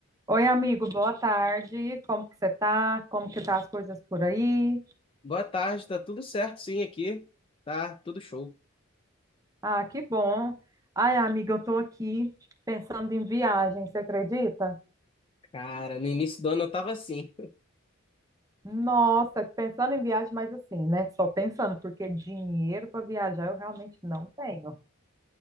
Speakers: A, on the right (about 15°); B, on the left (about 25°).
A: Oi, amigo, boa tarde. Como que você tá? Como que tá as coisas por aí?
B: Boa tarde, tá tudo certo sim aqui. Tá tudo show.
A: Ah, que bom. Ai, amiga, eu tô aqui pensando em viagem, você acredita?
B: Cara, no início do ano eu tava assim. <laughs>
A: Nossa, pensando em viagem, mas assim, né? Só pensando, porque dinheiro para viajar eu realmente não tenho.